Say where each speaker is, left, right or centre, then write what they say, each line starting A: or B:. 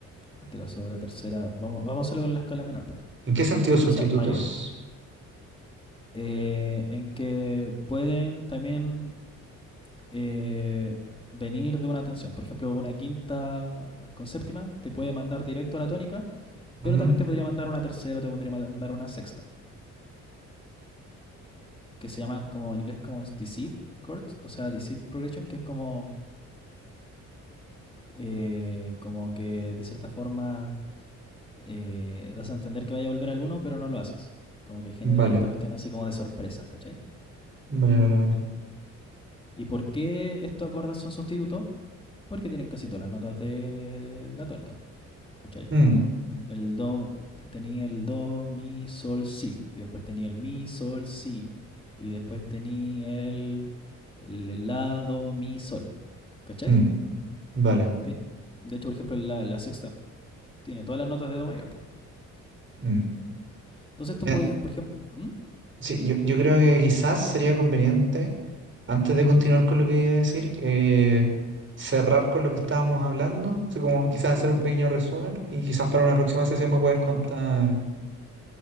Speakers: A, on the left (about 20°); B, on the right (about 40°).
A: En este caso, la tercera, vamos, vamos a hacerlo con la escala menor primero.
B: qué sentido sustitutos?
A: O sea, mayor. eh, en que pueden también eh, venir de una tensión. Por ejemplo, una quinta con séptima te puede mandar directo a la tónica,
B: Mm,
A: pero también te podría mandar una tercera o te podría mandar una sexta, que se llaman como en inglés como deceive chords, o sea, deceive progression, que es como, eh, como que de cierta forma eh, das a entender que vaya a volver al uno, pero no lo haces. Como que genera
B: vale.
A: ahí esta cuestión así como de sorpresa, ¿cachai?
B: Vale, vale, vale.
A: ¿Y por qué estos acordes son sustitutos? Porque tienen casi todas las notas de la tónica, ¿cachai?
B: Mm,
A: El do, eh, tenía el do, mi, sol, si. Y después tenía el mi, sol, si. Y después tenía el, el la, do, mi, sol. ¿Cachai?
B: mm, vale.
A: Tiene- De hecho, por ejemplo, la, la sexta tiene todas las notas de do mayor. po.
B: mm.
A: Entonces tú
B: Eh,
A: puedes, por ejemplo... ¿Mm?
B: Sí, yo, yo creo que quizás sería conveniente, antes de continuar con lo que iba a decir, eh, cerrar con lo que estábamos hablando, así como quizás hacer un pequeño resumen y quizás para una próxima sesión me puedes contar.